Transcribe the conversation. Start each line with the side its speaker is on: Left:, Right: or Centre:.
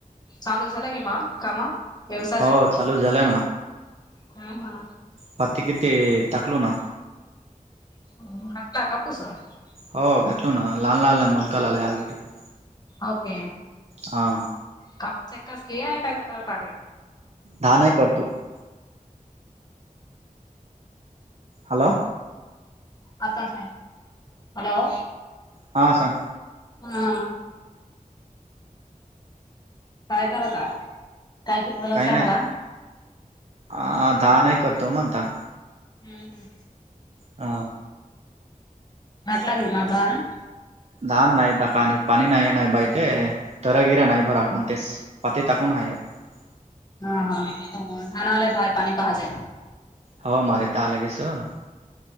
Left: चालू झालं कि बा काम व्यवसायाच्या
Right: हो चालू झालंय
Left: हा हा
Right: पात क ते टाकलो ना.
Left: <inaudible>
Right: हो घाटलो ना लहान लहान ल मोलका ला आला <unintelligible>
Left: ओके
Right: हां
Left: काप एकाच घ आणि काय तर करत का <unintelligible>
Right: द नाही करतो <unintelligible> हॅलो
Left: आता नाही हॅलो
Right: हां सांग
Left: हा काय करत काय कि म्हणत
Right: काही
Left: राहाला
Right: नाही आ दहा नाही करतो मणता
Left: हम् हम्म
Right: हा
Left: घात लागेल मात ना <unintelligible>
Right: धान नाय ताका काणी पणी नाहीय नाही <unintelligible> तर घर्या नाय भरा कोणतेच पाते ताकूनण हाय <unintelligible>
Left: हा हा धान ला आहे पाणी पहा जाय <unintelligible>
Right: हो मारे तालागे सं